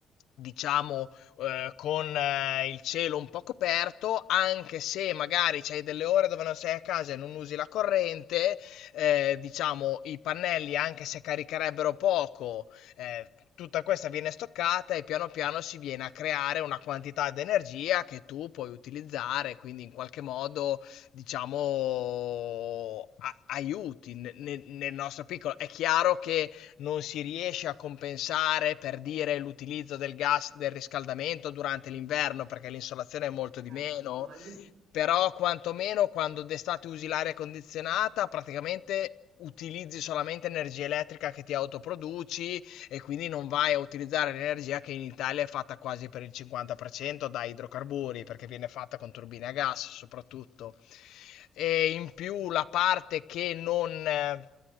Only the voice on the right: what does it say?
Eh
sì, immagino.